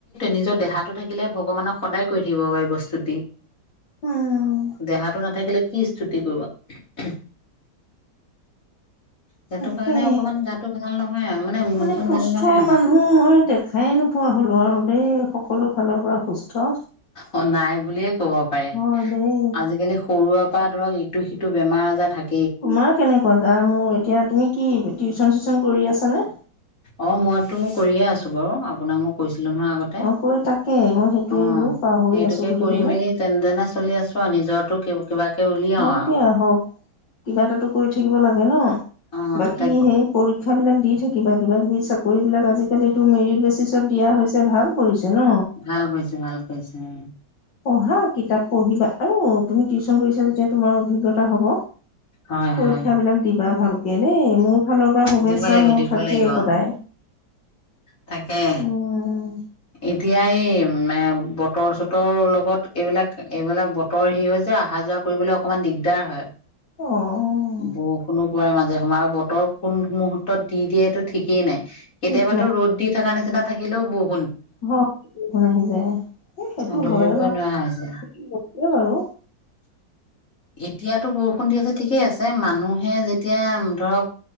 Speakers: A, on the left; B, on the left.
A: নিজৰ দেহাটো থাকিলে ভগৱানক সদায় কৰি থাকিব পাৰি বস্তুটি।
B: উম।
A: দেহাটো নাথাকিলে কি স্তুতি কৰিব। সেইটো
B: তাকে,
A: কাৰণে অকমান গাটো ভাল নহয় আৰু মন
B: মানে
A: চন
B: সুস্থ
A: ভাল নহয় আৰু
B: মানুহ মই দেখাই নোপোৱা হলো আৰু। আমি সকলো ফালৰ পৰা সুস্থ
A: অ নাই বুলিয়ে হব পাৰে,
B: হয় দেই
A: আজিকালি সৰুৱা বা ধৰক ইটো সিটো বেমাৰ আজাৰ থাকে
B: তোমাৰ কেনেকুৱা গা? মোৰ এতিয়া তুমি কি টিউশচন চিচন কৰি আছা নে?
A: অহ মইতো কৰিয়ে আছো বাৰু আপোনাক মই কৈছো নহয় আগতে।
B: অ কৈ তাকে মই সেইটোৱে
A: অহ,
B: বোলো পাহৰি
A: সেইটোকে
B: আছো সুধিবলৈ
A: কৰি মেলি তেন-তেনে চলি আছো আৰু, নিজৰৰতো কিবাকে উলিয়াও
B: হওক
A: আউ।
B: দিয়া হওক কিবা এটাতো কৰি থাকিব লাগে ন?
A: অ
B: বাকী
A: তাতে
B: সেই পৰীক্ষা বিলাক দি থাকিবা, কিবা-কিবি চাকৰি বিলাক আজি <unintelligible> টো মেৰিট বেচিছত দিয়া হৈছে, ভাল কৰিছে। ন
A: ভাল কৰিছে-ভাল কৰিছে।
B: পঢ়া, কিতাপ পঢ়িবা। আৰু তুমি টিউশচন কৰিছা যেতিয়া তোমাৰ অভিজ্ঞতা হব।
A: হয় হয়
B: পৰীক্ষা বিলাক দিবা ভাল দেই মোৰ ফালৰ পৰা শুভেচ্ছা
A: দিব লাগিব
B: মোৰ
A: দিব
B: থাকেই
A: লাগিব
B: সদায়।
A: তাকে।
B: উম
A: এতিয়া এই বতৰ-চতৰ লগত এইবিলাক-এইবিলাক বতৰ হি হয় যে, অহা যোৱা কৰিবলৈ অকনমান দিগদাৰ হয়।
B: অহ
A: বৰষুণো পৰে মাজে সময় আৰু বতৰ কোন মুহুৰ্তত দি দিয়াইটো ঠিকেই নাই।
B: ঠিক
A: কেতিয়াবাতো ৰ'দ দি থকা নিচিনা থাকিলেও বু
B: অহ <unintelligible> আহি যায়। হে সেইটো
A: ধৰিবই
B: হয় বাৰু।
A: নোৱাৰা হৈছে
B: অহ বাৰু।
A: এতিয়াতো বৰষুণ দি আছে ঠিকেই আছে, মানুহে যেতিয়া ধৰক